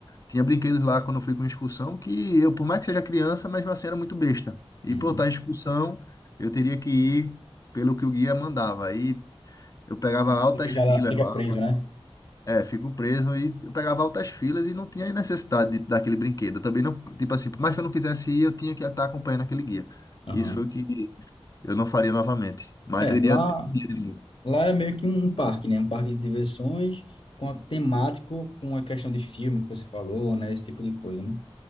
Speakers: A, on the left; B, on the left.
A: tinha brinquedos lá quando eu fui com excursão que eu, por mais que seja criança, mesmo assim era muito besta. E
B: Uhum.
A: por estar em excursão, eu teria que ir pelo que o guia mandava. Aí eu pegava altas
B: Fica, aquela-
A: filas
B: fica
A: lá,
B: preso, né?
A: é, fico preso e eu pegava altas filas e não tinha necessidade de- daquele brinquedo. Eu também não, tipo assim, por mais que eu não quisesse ir, eu tinha que estar acompanhando aquele guia.
B: Aham.
A: Isso foi o que eu não faria novamente. Mas
B: É,
A: eu
B: lá,
A: iria. eu iria.
B: lá é meio que um um parque, né? Um parque de diversões com a temático, com a questão de filme que você falou, né? Esse tipo de coisa, né?